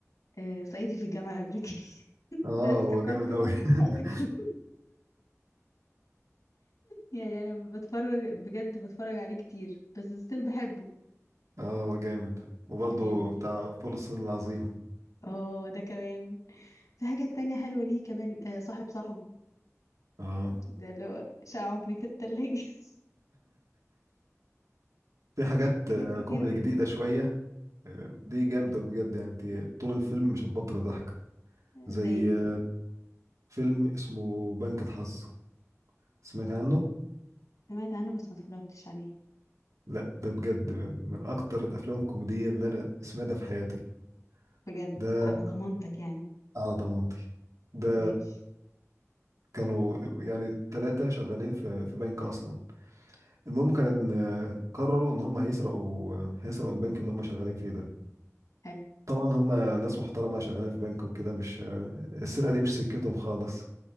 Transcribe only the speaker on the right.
آه
هو جامد
أوي
<laughs>
اه هو جامد وبرضه
بتاع فول الصين العظيم
اه
في حاجات
آه،
كوميدي
جديدة شوية آه، دي جامدة بجد يعني انت طول الفيلم مش هتبطل ضحك
زي
آه، فيلم اسمه بنك الحظ سمعت عنه؟
لا ده بجد من أكتر الأفلام الكوميدية اللي أنا سمعتها في حياتي
ده
على ضمانتي ده
كانوا يعني ثلاثة شغالين في في بنك أصلا المهم كان آه، قرروا إن هم هيسرقوا آه، هيسرقوا البنك اللي هم شغالين فيه ده
طبعا هم ناس محترمة شغالين في بنك وكده مش السرقة دي مش سكتهم خالص